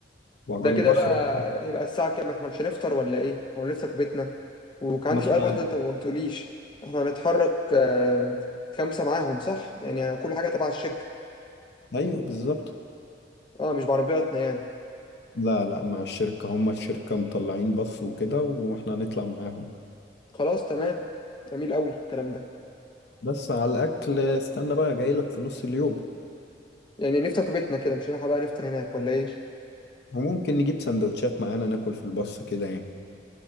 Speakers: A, on the left; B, on the left.
A: وعلى
B: ده كده
A: البحر
B: بقى
A: بقى
B: هيبقى الساعه كام احنا مش هنفطر ولا ايه او نفطر في بيتنا وكان
A: ما
B: عندي
A: احنا
B: سؤال برضو انت ما قلتوليش احنا هنتحرك آه خمسه معاهم صح يعني, يعني كل حاجه تبع الشركه
A: ايوه بالظبط
B: اه مش بعربياتنا يعني
A: لا لا مع الشركة هما الشركة مطلعين بص وكده واحنا هنطلع معاهم
B: خلاص تمام جميل قوي الكلام ده
A: بس على الأكل استنى بقى جايلك في نص اليوم
B: يعني نفطر في بيتنا كده مش هنلحق بقى نفطر هناك ولا ايه
A: وممكن نجيب سندوتشات معانا ناكل في البص كده يعني